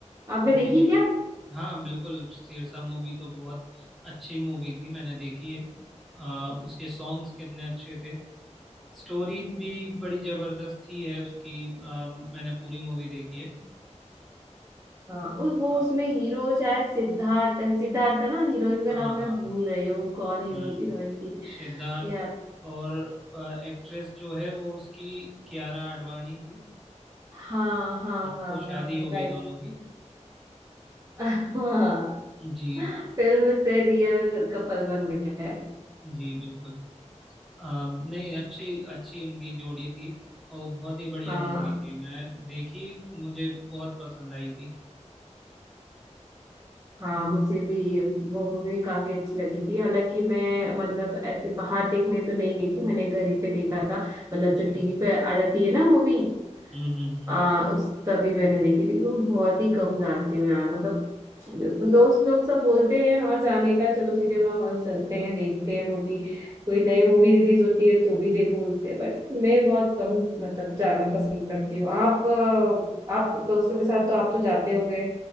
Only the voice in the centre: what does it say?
जी
हाँ बिल्कुल सिरसा मूवी तो बहुत अच्छी मूवी थी मैंने देखी है अ, उसके सॉन्ग्स कितने अच्छे थे स्टोरी भी बड़ी जबरदस्त थी है उसकी अ, मैंने पूरी मूवी देखी है
अ,
हाँ
हाँ
हम्म
सिद्धार्थ
और एक्ट्रेस जो है वो उसकी कियारा आडवाणी थी
अब
तो शादी
हो गई
दोनों की
जी
जी बिल्कुल अम, नहीं अच्छी अच्छी उनकी जोड़ी थी और बहुत ही बढ़िया
मूवी थी मैं देखी मुझे बहुत पसंद आई थी
जी
हम्म हम्म हम्म